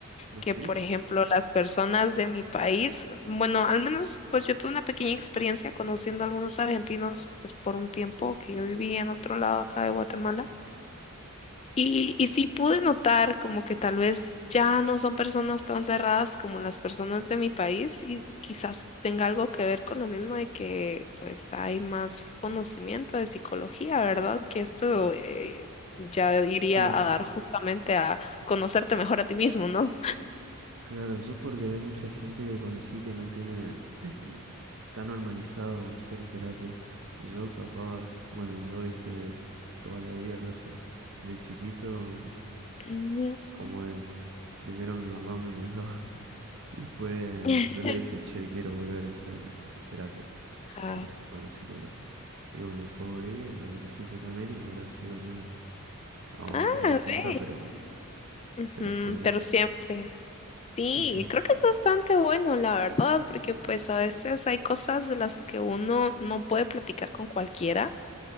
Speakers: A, on the right; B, on the left.
A: ¿Decís?
B: que, por ejemplo, las personas de mi país. Bueno, al menos, pues yo tuve una pequeña experiencia conociendo a algunos argentinos, pues por un tiempo que yo vivía en otro lado acá de Guatemala. Y, y sí pude notar como que tal vez ya no son personas tan cerradas como las personas de mi país y quizás tenga algo que ver con lo mismo de que pues hay más conocimiento de psicología, ¿verdad? Que esto eh, ya iría
A: Sí,
B: a dar justamente a conocerte mejor a ti mismo, ¿no?
A: claro, yo porque hay mucha gente que conocí que no tiene <clears throat> tan normalizado hacer terapia. Yo capaz, bueno, yo hice de toda la vida casi, de chiquito,
B: Ujú.
A: ¿Cómo es? Primero mi mamá me mandaba <laughs> y después
B: <laughs>
A: yo le dije, che, quiero volver a hacer terapia,
B: Ah,
A: quiero ir con la psicóloga. Y bueno, después volví a la adolescencia también y ahora sigo yendo a otra
B: ah,
A: distinta,
B: ve.
A: pero,
B: Ujú,
A: pero estoy en
B: pero
A: eso.
B: siempre. Sí,
A: Sí, sí,
B: creo que es bastante bueno, la verdad, porque pues a veces hay cosas de las que uno no puede platicar con cualquiera